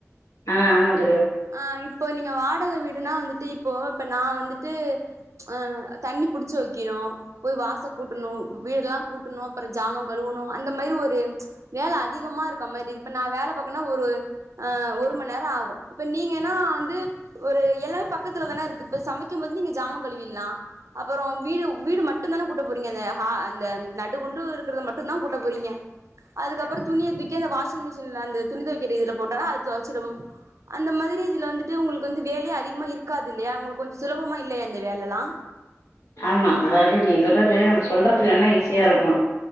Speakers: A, on the left; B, on the right.
A: ஆ ஆமாங்
B: ஆ இப்போ நீங்க வாடக வீடுனா வந்துட்டு இப்போ இப்ப நா வந்துட்டு ஆ தண்ணி புடிச்சு வக்கினு போய் வாச கூட்டணு வீடெல்லா கூட்டணு அப்றோ ஜாமா கழுவணு அந்த மாரி ஒரு வேல அதிகமா இருக்க மாரி இப்ப நா வேல பாக்கனா ஒரு ஆ ஒரு மண் நேரோ ஆவு இப்ப நீங்கன்னா வந்து ஒரு எல்லாமே பக்கத்துலதான இருக்கு இப்ப சமைக்கும் போது நீங்க ஜாமா கழுவில்லா அப்பறோ வீடு வீடு மட்டுந்தான கூட்ட போறீங்க அந்த ஹா அந்த நடு கொண்டு இருக்கறத மட்டுந் தா கூட்ட போறீங்க அதுக்கப்பறோ துணிய தூக்கி அந்த வாஷிங் மிஷின்ல அந்த துணி தொவைக்கிற இதுல போட்டா அது தொவச்சுறும் அந்த மாதிரி இதுல வந்துட்டு உங்களுக்கு வந்து வேலயே அதிகமா இருக்காது இல்லயா உங்களுக்கு கொஞ்சொ சுலபமா இல்லயா அந்த வேலல்லா
A: ஆமா அதாவது நீங்க சொல்றது நம்ம சொல்றதுக்கு வேனா ஈஸியா இருக்கு